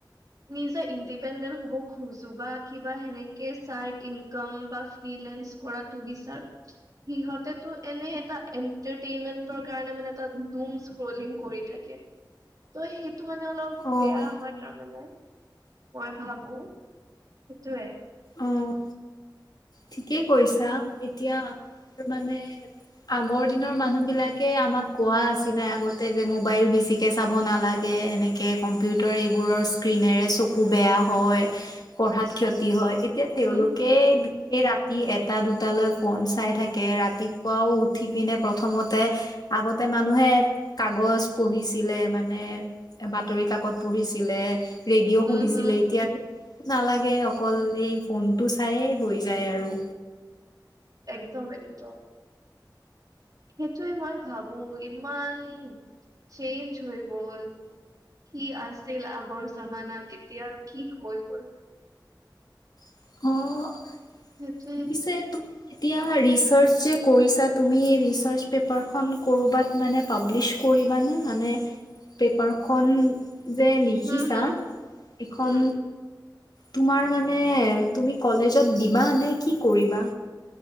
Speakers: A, on the right; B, on the left.
A: নিজে ইণ্ডিপেণ্ডেন্ট হ'ব খোজো বা কিবা সেনেকে চাইদ ইনকম বা ফ্ৰিলেন্স কৰাটো বিচাৰো সিহঁতেটো এনে এটা এটাৰটেইনমেণ্টৰ কাৰণে মানে <unintelligible> স্ক্ৰলিং কৰি থাকে ত', সেইটো মানে অলপ
B: অ',
A: বেয়া হয় তাৰমানে মই ভাবো সেইটোয়ে।
B: অ'। ঠিকেই কৈছা
A: উম
B: এতিয়া মানে আগৰ দিনৰ মানুহ বিলাকে আমাক কোৱা আছিল আগতে যে মোবাইল বেছিকে চাব নালাগে এনেকে কম্পিউটাৰ এইবোৰৰ স্ক্ৰীনেৰে চ বেয়া হয় পঢ়াত ক্ষতি হয় এতিয়া তেওঁলোকে
A: হম হম উম
B: বিশ ৰা ৰাতি এটা দুটালৈ ফোন চাই থাকে ৰাতিপুৱাও উঠি পিনে প্ৰথমতে আগতে তে মানুহে কাগজ পঢ়িছিলে মানে বাতৰি কাকত পঢ়িছিলে ৰেডিঅ'
A: হম
B: শুনিছিলে
A: হম,
B: এতিয়া নালাগে অকল এই ফোনটো চাইে হৈ যায় আৰু।
A: একদম একদম। সেইটোৱে মই ভাবো ইমান চেইঞ্জ হৈ গ'ল। কি আছিল আগৰ জামানাত এতিয়া কি হৈ গ'ল।
B: অ'।
A: সেইটোৱে।
B: পিছে তুমি এতিয়া ৰিৰ্চাচ যে কৰিছা তুমি ৰিৰ্চাচ পেপাৰখন ক'ৰবাত মানে পাব্লিছ কৰিবানে মানে পেপাৰখন যে লিখিছা
A: উম হম
B: এখন
A: উম
B: তোমাৰ মানে
A: উম উম
B: তুমি কলেজত দিবা নে কি কৰিবা?